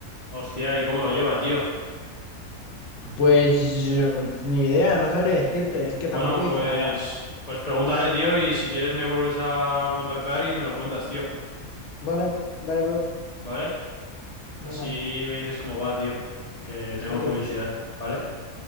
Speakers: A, on the left; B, on the left.
A: Hostia, ¿y cómo lo lleva, tío?
B: Pues yo- ni idea, no sabría decirte. Es que
A: Bueno,
B: tampoco dice
A: pues,
B: nada.
A: pues pregúntale, tío, y si quieres me vuelves a contactar y me lo cuentas, tío,
B: Vale, dale, bro.
A: ¿vale?
B: Venga.
A: Así me dices cómo va, tío, que tengo
B: Ok,
A: curiosidad, ¿vale?